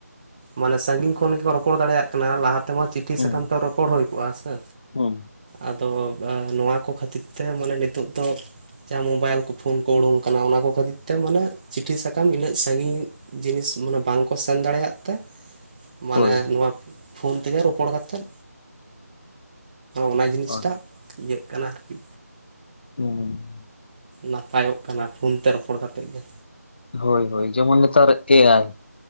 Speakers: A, on the right (about 25°); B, on the left (about 40°).
A: ᱢᱟᱱᱮ ᱥᱟᱸᱜᱤᱧ ᱠᱷᱚᱱ ᱜᱮᱠᱚ ᱨᱚᱯᱚᱲ ᱫᱟᱲᱮᱭᱟᱜ ᱠᱟᱱᱟ ᱞᱟᱦᱟ ᱛᱮᱢᱟ ᱪᱤᱴᱷᱤ
B: ᱦᱩᱸ
A: ᱥᱟᱠᱟᱢ ᱛᱮ ᱨᱚᱯᱚᱲ ᱦᱩᱭ ᱠᱚᱜ-ᱟ ᱥᱮ
B: ᱦᱩᱸ
A: ᱟᱫᱚ ᱱᱚᱣᱟ ᱠᱚ ᱠᱷᱟᱹᱛᱤᱨ ᱛᱮ ᱢᱟᱱᱮ ᱱᱤᱛᱚᱜ ᱫᱚ ᱡᱟᱦᱟᱸ ᱢᱳᱵᱟᱭᱤᱞ ᱠᱚ ᱯᱷᱳᱱ ᱠᱚ ᱩᱰᱩᱝ ᱠᱟᱱᱟ ᱚᱱᱟ ᱠᱚ ᱠᱷᱟᱹᱛᱤᱨ ᱛᱮ ᱢᱟᱱᱮ ᱪᱤᱴᱷᱤ ᱥᱟᱠᱟᱢ ᱩᱱᱟᱹᱜ ᱥᱟᱺᱜᱤᱧ ᱡᱤᱱᱤᱥ ᱢᱟᱱᱮ ᱵᱟᱝᱠᱚ ᱥᱮᱱ ᱫᱟᱲᱮᱭᱟᱜ ᱛᱮ ᱢᱟᱱᱮ
B: ᱦᱳᱭ
A: ᱱᱚᱣᱟ ᱯᱷᱳᱱ ᱛᱮᱜᱮ ᱨᱚᱯᱚᱲ ᱠᱟᱛᱮᱫ ᱚᱱᱟ ᱡᱤᱱᱤᱥᱴᱟᱜ
B: ᱦᱳᱭ
A: ᱤᱭᱟᱹᱜ ᱠᱟᱱᱟ ᱟᱨᱠᱤ᱾
B: ᱦᱩᱸ
A: ᱱᱟᱯᱟᱭᱚᱜ ᱠᱟᱱᱟ ᱯᱷᱳᱱ ᱛᱮ ᱨᱚᱯᱚᱲ ᱠᱟᱛᱮᱜ ᱜᱮ
B: ᱦᱳ ᱦᱳᱭ ᱡᱮᱢᱚᱱ ᱱᱮᱛᱟᱨ ᱮ ᱟᱭ